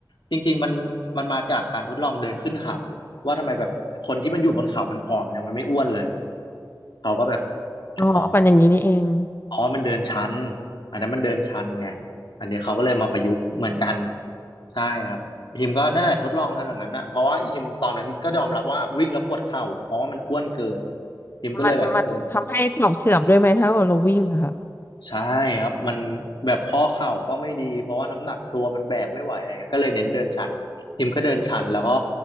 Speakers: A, on the left (about 80°); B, on the left (about 30°).
A: จริงๆมันมันมาจากการทดลองเดินขึ้นเขาว่าทำไมแบบคนที่มันอยู่บนเขามันผอมยังมันไม่อ้วนเลยเขาก็แบบ
B: อ๋อเอาปั่นอย่างนี้นี่เอง
A: อ๋ออ๋อมันเดินชันอันนั้นมันเดินชันไงอันนี้เขาก็เลยมาประยุกต์เหมือนกัน ใช่ครับอีฮิมก็นั่นแหละทดลองทำอย่างนั้นนะเพราะว่าอีฮิมตอนนั้นก็ยอมรับว่าวิ่งแล้วปวดเข่าเพราะว่ามันอ้วนเกินอีฮิมก็เลยแบบเน้น
B: มันมันทำให้เข่าเสื่อมด้วยไหมถ้าเราวิ่งอะค่ะ
A: ใช่ครับมันแบบข้อเข่าก็ไม่ดีเพราะว่าน้ำหนักตัวมันแบกไม่ไหวอะไรเงี้ยก็เลยเน้นเดินชันอีฮิมก็เดินชันแล้วก็